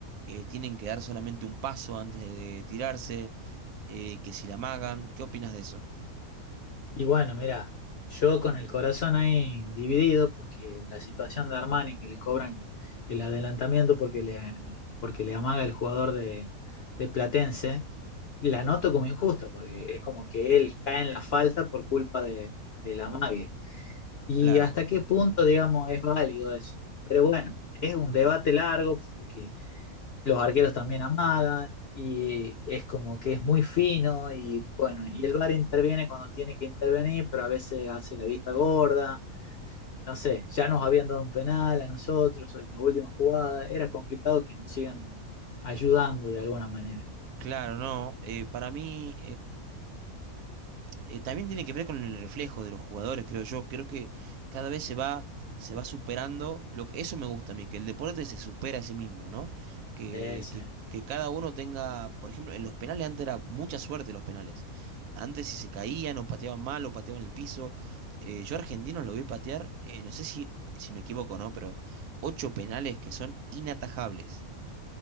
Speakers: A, on the right; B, on the left.
A: eh, tienen que dar solamente un paso antes de tirarse, eh, que si la amagan. ¿Qué opinas de eso?
B: Y bueno, mira, yo con el corazón ahí dividido, porque la situación de Armani, que le cobran el adelantamiento porque le, porque le amaga el jugador de, de Platense, la noto como injusta, porque es como que él cae en la falta por culpa de, del amague. Y
A: Claro,
B: hasta qué punto, digamos, es válido eso. Pero bueno, es un debate largo, porque los arqueros también amagan y es como que es muy fino y bueno, y el VAR interviene cuando tiene que intervenir, pero a veces hace la vista gorda, no sé, ya nos habían dado un penal a nosotros en la última jugada, era complicado que nos sigan ayudando de alguna manera.
A: claro, no. eh, para mí. eh, también tiene que ver con el reflejo de los jugadores, creo yo. Creo que cada vez se va, se va superando. Lo que- eso me gusta a mí, que el deporte se supera a sí mismo, ¿no? Que,
B: Ese,
A: que, que cada uno tenga, por ejemplo, en los penales antes era mucha suerte los penales. Antes si se caían o pateaban mal o pateaban en el piso. Eh, yo argentinos lo vi patear, eh, no sé si, si me equivoco, ¿no? Pero ocho penales que son inatajables.